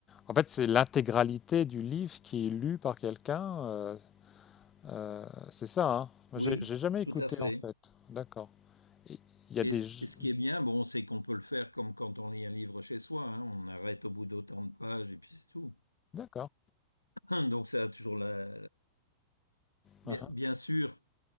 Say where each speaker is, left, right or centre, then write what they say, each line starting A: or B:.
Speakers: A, on the left (about 25°); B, on the left (about 80°).
A: en fait, c'est l'intégralité du livre qui est lu par quelqu'un. euh, euh, c'est ça, hein. Moi,
B: oui,
A: J'ai j'ai jamais
B: tout
A: écouté
B: à fait.
A: en fait. D'accord. Et Il y
B: Et,
A: a des. g-
B: et ce qui est bien, bon, c'est qu'on peut le faire comme quand on lit un livre chez soi. hein. On arrête au bout d'autant de pages et puis c'est tout.
A: D'accord.
B: <clears throat> Donc ça a toujours la... Bien,
A: uhum,
B: bien sûr.